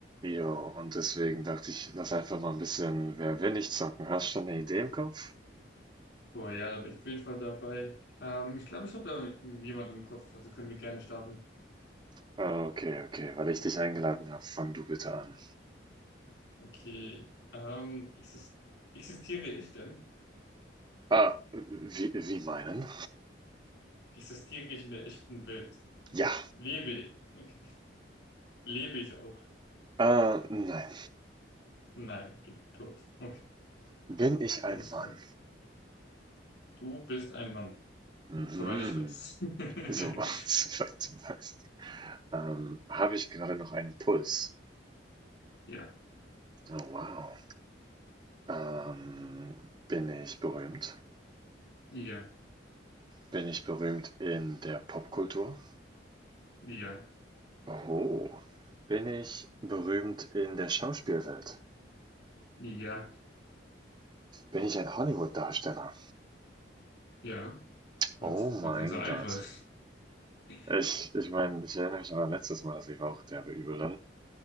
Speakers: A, on the right (about 25°); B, on the left (about 70°).
A: Jo, und deswegen dachte ich, lass einfach mal ein bisschen Wer will nicht zocken. Hast schon eine Idee im Kopf?
B: Boah, ja, da bin ich auf jeden Fall dabei. Ähm, ich glaube, ich habe da jemanden im Kopf, also können wir gerne starten.
A: Ah, Okay, okay, weil ich dich eingeladen habe, fang du bitte an.
B: Okay, ähm, exis- existiere ich denn?
A: Ah, wie, wie meinen?
B: Existiere ich in der echten Welt?
A: Ja,
B: Lebe ich? Okay. Lebe ich auch?
A: äh, nein.
B: Nein, okay, tot. Okay,
A: Bin ich ein
B: du bist
A: Mann?
B: dran. Du bist ein Mann,
A: Mhm.
B: soweit ich weiß. <laughs>
A: So, <laughs> soweit du weißt. Ähm, habe ich gerade noch einen Puls?
B: Ja,
A: Oh, wow. Ähm, bin ich berühmt?
B: ja,
A: Bin ich berühmt in der Popkultur?
B: ja,
A: Oh, bin ich berühmt in der Schauspielwelt?
B: ja,
A: Bin ich ein Hollywood-Darsteller?
B: ja. Gott,
A: Oh
B: das
A: mein
B: wird nicht so einfach.
A: Gott.
B: <laughs>
A: Ich, ich meine, ich erinnere mich an mein letztes Mal, das lief auch derbe übel dann.